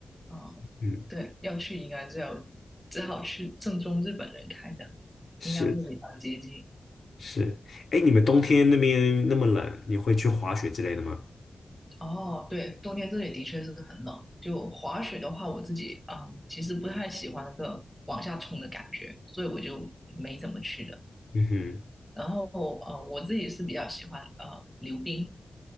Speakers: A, in the centre; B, on the left.
A: 嗯，
B: 嗯，
A: 对，要去应该就要只好去正宗日本人开的，
B: 是
A: 应该会比较接近。
B: 是，哎，你们冬天那边那么冷，你会去滑雪之类的吗？
A: 哦，对，冬天这里的确是很冷。就滑雪的话，我自己啊，其实不太喜欢那个往下冲的感觉，所以我就没怎么去的。
B: 嗯哼，
A: 然后呃，我自己是比较喜欢呃溜冰，